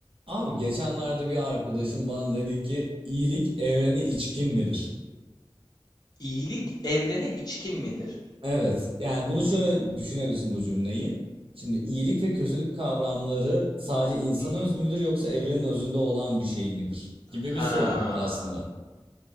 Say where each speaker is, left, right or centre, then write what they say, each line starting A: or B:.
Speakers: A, on the right (about 70°); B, on the left (about 45°).
A: Abi geçenlerde bir arkadaşım bana dedi ki iyilik evreni içkin midir?
B: İyilik evrene içkin midir?
A: Evet yani bunu şöyle düşünebilirsin bu cümleyi. Şimdi iyilik ve kötülük kavramları sadece insana
B: Hı hı.
A: özgü müdür yoksa evrenin özünde olan bir şey midir? Gibi
B: Ha.
A: bir soru aslında.